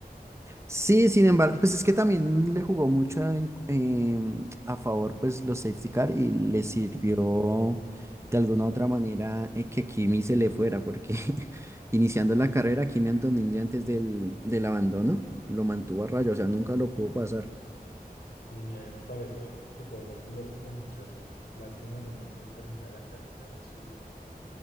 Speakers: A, on the right; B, on the left.
A: Sí, sin embargo, pues es que también le jugó mucho en- em, a favor pues los safety car y le sirvió de alguna u otra manera eh, que Kimi se le fuera, porque <laughs> iniciando la carrera, Kimi Antonelli antes del, del abandono lo mantuvo a raya, o sea, nunca lo pudo pasar.
B: Y mi- a mí me parece súper buen piloto ese muchacho, y lástima que no pudo terminar la carrera ahí en su,